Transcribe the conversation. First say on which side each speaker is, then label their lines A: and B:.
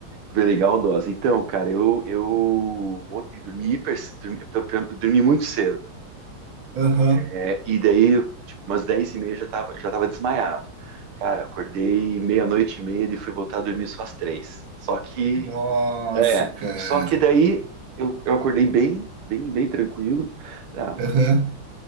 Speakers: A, on the right (about 80°); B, on the right (about 60°).
A: Foi legal, dose. Então, cara, eu, eu ontem dormi hiper, dormi, dormi muito cedo.
B: Aham.
A: É, e daí, tipo, umas 10 e meia já tava, já tava desmaiado. Cara, acordei meia-noite e meia e fui voltar a dormir só às três. Só que
B: Nossa,
A: É,
B: cara.
A: só que daí eu, eu acordei bem, bem, bem tranquilo. Tá?
B: Aham.